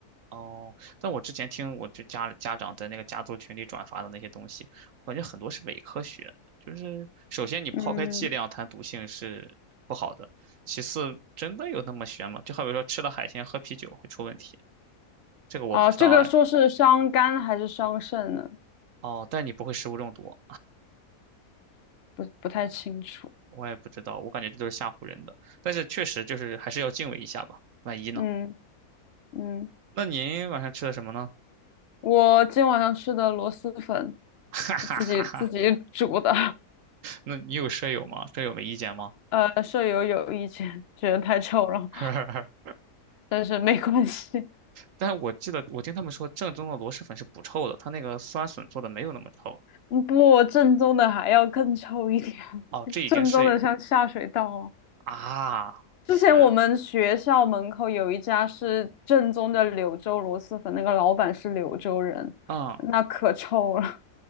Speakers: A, on the right (about 65°); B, on the left (about 55°).
A: 哦，但我之前听我就家家长在那个家族群里转发的那些东西，我感觉很多是伪科学。就是首先你抛开剂量谈毒性是不好的，
B: 嗯，
A: 其次真的有那么悬吗？就好比说吃了海鲜喝啤酒会出问题，这个我不知道哎。
B: 啊，这个说是伤肝还是伤肾呢？
A: 哦，但你不会食物中毒，
B: 不不太清楚，
A: 我也不知道，我感觉这都是吓唬人的。但是确实就是还是要敬畏一下吧，万一呢？
B: 嗯嗯，
A: 那您晚上吃的什么呢？
B: 我今晚上吃的螺蛳粉，
A: <laughs>
B: 我自己自己煮的，
A: 那你有舍友吗？舍友没意见吗？
B: <laughs> 呃，舍友有意见，觉得太臭了。
A: <laughs>
B: 但是没关系，
A: 但是我记得我听他们说，正宗的螺蛳粉是不臭的，它那个酸笋做的没有那么臭。
B: 嗯不，正宗的还要更臭一点，
A: 哦，
B: <laughs>
A: 这已经是
B: 正宗的像下水道哦。
A: 啊，
B: 之前我们学校门口有一家是正宗的柳州螺蛳粉，
A: 天
B: 那个老板是柳州人，
A: 啊，嗯
B: 那可臭了，